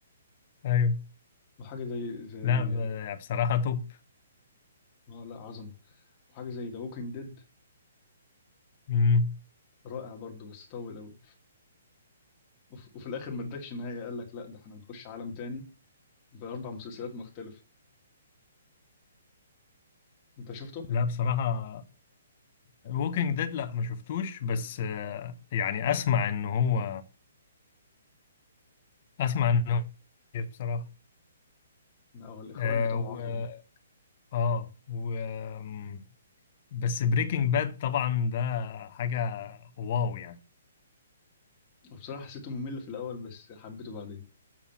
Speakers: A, on the left (about 35°); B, on the left (about 20°).
A: ايوه
B: وحاجه زي زي
A: لا ب- بصراحة توب
B: اه لا عظمه وحاجه زي ذا ووكينج ديد
A: مم.
B: رائع برضه بس طول قوي وف... وفي الاخر ما ادكش نهايه قال لك لا ده احنا هنخش عالم تاني باربع مسلسلات مختلفه انت شفته؟
A: لا بصراحة ووكينج ديد لا ما شفتوش بس آه، يعني اسمع ان هو اسمع ان هو خطير بصراحة
B: لا هو الاخراج
A: آه
B: بتاعه
A: و
B: عظمه
A: اه و آم، بس بريكنج باد طبعا ده حاجة واو يعني
B: وبصراحه حسيته ممل في الاول بس حبيته بعدين